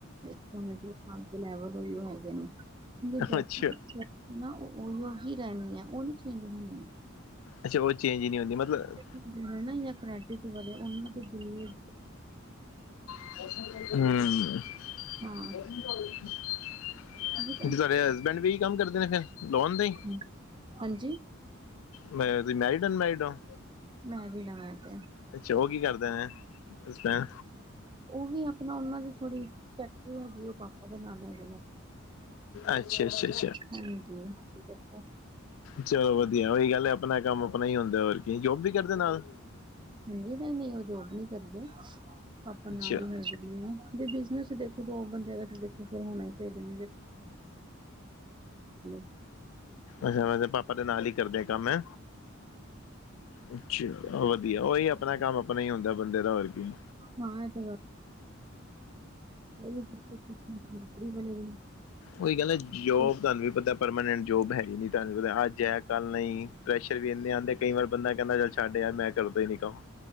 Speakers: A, on the right; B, on the left.
A: <unintelligible>
B: ਅੱਛਾ
A: ਨਾ ਓਈ ਹੀ ਰਹਿਨੀਐ ਓਨੀ ਚੇਂਜ ਹੋਨੀ।
B: ਅੱਛਾ ਓ ਚੇਂਜ ਈ ਨੀ ਹੁੰਦੀ ਮਤਲਬ
A: <unintelligible>
B: <inaudible> ਹੂੰ
A: ਹਾਂ
B: <unintelligible>
A: ਵੀ
B: ਤੁਹਾਡੇ ਹਸਬੈਂਡ ਵੀ ਇਹੀ ਕੰਮ ਕਰਦੇ ਨੇ ਫਿਰ ਲੋਨ ਦਾ ਹੀ
A: ਤੁਹਾਡੀ- ਹਾਂਜੀ
B: ਮੈਂ ਤੁਸੀ ਮੈਰੀਡ ਅਨਮੈਰੀਡ ਹੋ।
A: ਮੈਰੀਡ ਆ ਮੈ ਤੇ
B: ਅੱਛਾ ਉਹ ਕੀ ਕਰਦਾ ਨੇ। ਅੱਛਾ
A: ਉਹ ਵੀ ਆਪਣਾ ਉਹਨਾਂ ਦੀ ਥੋੜ੍ਹੀ ਫੈਕਟਰੀ ਹੈਗੀ ਐਂ ਉਹ ਪਾਪਾ ਦੇ ਨਾਲ ਹੈ।
B: ਅੱਛਾ-ਅੱਛਾ
A: <unintelligible>
B: ਚਲੋਂ ਵਧੀਆ ਉਹੀ ਗੱਲ ਐ ਆਪਣਾ ਕੰਮ ਆਪਣਾ ਹੀ ਹੁੰਦਾ ਹੋਰ ਕੀ ਜੋਬ ਵੀ ਕਰਦੇ ਨਾਲ
A: ਨਈ ਨਈ ਓ ਜੋਬ ਨੀ ਕਰਦੇ, ਪਾਂਪਾ
B: ਅੱਛਾ
A: ਨਾਲ ਈ ਹ ਵੀ ਬਿਜਨਸ ਦੇਖੋ ਦੋ ਬੰਦੇਆਂ ਦਾ ਦੇਖੋ ਫੇਰ ਹੋਨਾ ਈ ਚਾਈਦਾ ਨੇ <unintelligible>
B: ਅੱਛਾ, ਵੈਸੇ ਪਾਪਾ ਦੇ ਨਾਲ ਈ ਕਰਦੇ ਆ ਕੰਮ ਐ। ਅੱਛਾ, ਵਦੀਆ ਓਈ ਆਪਨਾ ਕੰਮ ਆਪਨਾ ਈ ਹੁੰਦਾ ਬੰਦੇ ਦਾ ਹੋਰ ਕੀ।
A: ਹਾਂ ਐ ਤੇ ਹੈਗੀ <unintelligible>
B: ਓਈ ਗਾੱਲ ਜੋਬ
A: ਕੋਈ
B: ਤੋਆਨ ਵੀ ਪਤਾ ਪਰਮਾਨੈਂਟ ਜੋਬ ਹੈਗੀ ਨੀ, ਤੋਆਨ ਪਤਾ ਆੱਜ ਹੈ ਕਾੱਲ ਨਈ। ਪ੍ਰੈਸ਼ਰ ਵੀ ਏਨੇ ਆਂਦੇ ਕਈ ਵਾਰ ਬੰਦਾ ਕੈਂਦਾ ਚੱਲ ਛਾੱਡ ਯਾਰ ਮੈਂ ਕਰਦਾ ਈ ਨੀ ਕਾੰਮ।